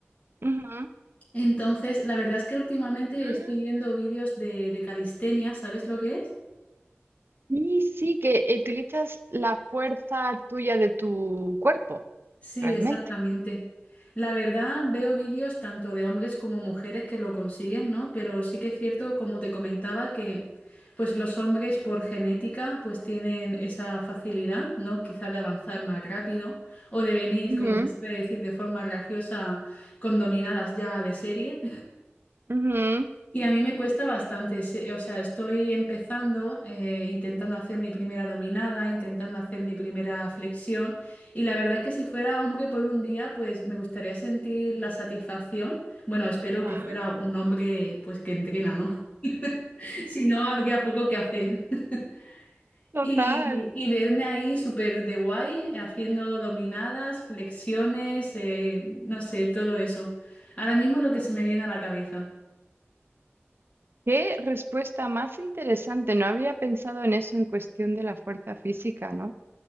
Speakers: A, on the right (about 55°); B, on the left (about 30°).
A: ujú.
B: Entonces, la verdad es que últimamente
A: Ah,
B: estoy viendo vídeos de, de calistenia, ¿sabes lo que es?
A: Y sí, que utilizas la fuerza tuya de tu cuerpo,
B: Sí,
A: realmente.
B: exactamente. La verdad, veo vídeos tanto de hombres como mujeres que lo consiguen, ¿no? Pero sí que es cierto, como te comentaba, que pues los hombres por genética pues tienen esa facilidad, ¿no? Quizá de avanzar más rápido o de venir,
A: Ujú,
B: como se suele decir de forma graciosa, con dominadas ya de serie.
A: ujú.
B: Y a mí me cuesta bastante, se- o sea, estoy empezando, eh, intentando hacer mi primera dominada, intentando hacer mi primera flexión, y la verdad es que si fuera hombre por un día, pues me gustaría sentir la satisfacción. Bueno, espero
A: Guau,
B: que fuera un hombre, pues que entrena, ¿no? <laughs> Si no, habría poco que hacer. <laughs>
A: Total.
B: Y, y verme ahí súper de guay, haciendo dominadas, flexiones, eh, no sé, todo eso. Ahora mismo es lo que se me viene a la cabeza.
A: Qué respuesta más interesante. No había pensado en eso en cuestión de la fuerza física, ¿no?